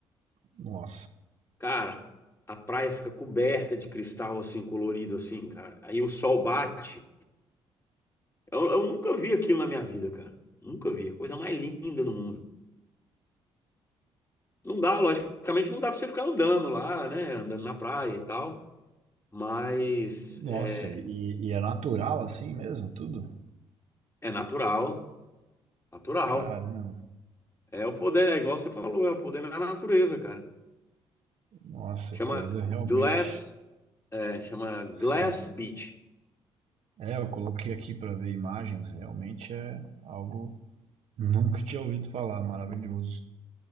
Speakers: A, on the right (about 60°); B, on the left (about 20°).
A: Nossa.
B: Cara, a praia fica coberta de cristal assim colorido assim, cara. Aí o sol bate. Eu, eu nunca vi aquilo na minha vida, cara. Nunca vi. Coisa mais linda no mundo. Não dá, logicamente, não dá pra você ficar andando lá, né? Andando na praia e tal. Mas
A: Nossa,
B: é,
A: e, e é natural assim mesmo, tudo?
B: é natural, natural.
A: Caramba.
B: É o poder, é igual você falou, é o poder da natureza, cara.
A: Nossa,
B: Chama
A: é coisa realmente.
B: Glass, é, chama Glass
A: Sim.
B: Beach.
A: É, eu coloquei aqui para ver imagens, realmente é algo nunca tinha ouvido falar, maravilhoso.